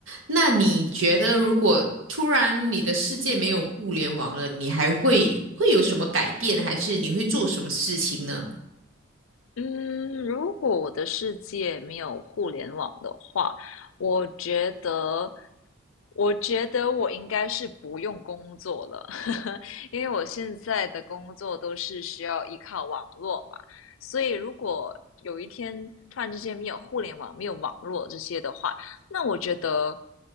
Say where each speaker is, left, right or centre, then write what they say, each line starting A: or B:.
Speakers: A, on the right; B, on the left.
A: 那你觉得，如果突然你的世界没有互联网了，你还会会有什么改变，还是你会做什么事情呢？
B: 嗯，如果我的世界没有互联网的话，我觉得，我觉得我应该是不用工作了，<laughs> 因为我现在的工作都是需要依靠网络嘛，所以如果有一天突然之间没有互联网、没有网络这些的话，那我觉得